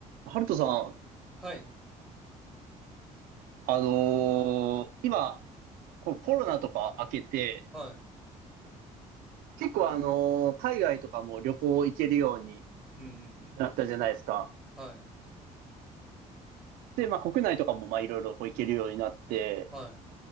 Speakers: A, on the right; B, in the centre.
A: ハルトさん、
B: はい、
A: あのー今、このコロナとか明けて、
B: はい。
A: 結構あのー海外とかも旅行行けるように
B: うんうんうんうん。
A: なったじゃないですか。
B: はい、
A: で、まあ国内とかもまあいろいろこう行けるようになって、
B: はい。